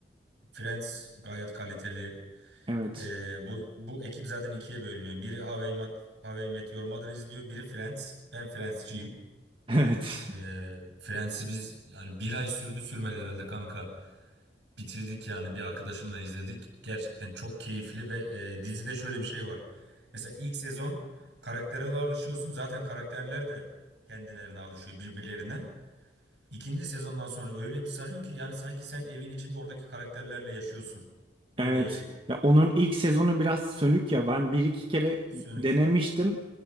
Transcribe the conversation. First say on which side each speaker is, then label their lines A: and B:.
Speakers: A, on the right; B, on the right.
A: Friends gayet kaliteli.
B: Evet.
A: Ee, bu, bu ekip zaten ikiye bölünüyor. Biri How I Met, How I Met Your Mother izliyor. Biri Friends. Ben Friends'ciyim.
B: <laughs> Evet.
A: Ee, Friends'i biz yani bir ay sürdü sürmedi herhalde kanka. Bitirdik yani bir arkadaşımla izledik. Gerçekten çok keyifli ve e, dizide şöyle bir şey var. Mesela ilk sezon karaktere alışıyorsun. Zaten karakterler de kendilerine alışıyor birbirlerine. İkinci sezondan sonra öyle bir sarıyor ki yani sanki sen evin içinde oradaki karakterlerle yaşıyorsun. Öyle
B: Evet.
A: eğlenceli.
B: Ya onun ilk sezonu biraz sönük ya. Ben bir iki kere
A: Sönük.
B: denemiştim.